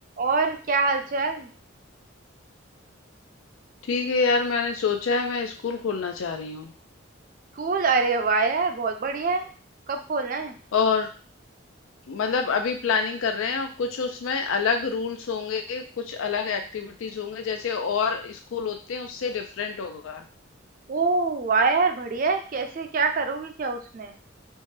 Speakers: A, on the right (about 45°); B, on the left (about 85°).
A: और क्या हालचाल
B: ठीक है यार मैंने सोचा है मैं स्कूल खोलना चाह रही हूँ
A: स्कूल अरे वाह यार बहुत बढ़िया है कब खोलना है
B: और मतलब अभी प्लानिंग कर रहे हैं और कुछ उसमें अलग रूल्स होंगे कुछ अलग एक्टिविटीज होंगे जैसे और स्कूल होते हैं उससे डिफरेंट होगा
A: ओ वाह यार बढ़िया है कैसे क्या करोगे क्या उसमें